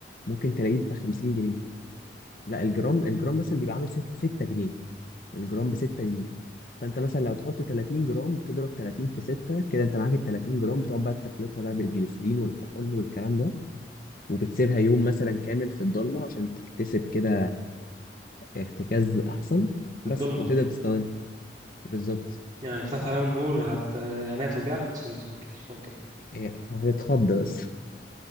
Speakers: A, on the left; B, on the right.
A: ممكن تلاقيه ب 50 جنيه لا الجرام الجرام مثلا بيبقى عامل 6 جنيه الجرام ب 6 جنيه فانت مثلا لو تحط 30 جرام بتضرب 30 في 6 كده انت معاك ال 30 جرام بتقعد بقى تخلطها بقى بالجليسرين والكحول والكلام ده وبتسيبها يوم مثلا كامل في الضلمه عشان تكتسب كده ارتكاز احسن بس
B: الضلمة
A: وتقدر تستخدمها بالظبط
B: يعني لو فتحت عليها النور هت يعني هتوجع ولا سوري سوري، ما كانش فاضي
A: هي هتتخض بس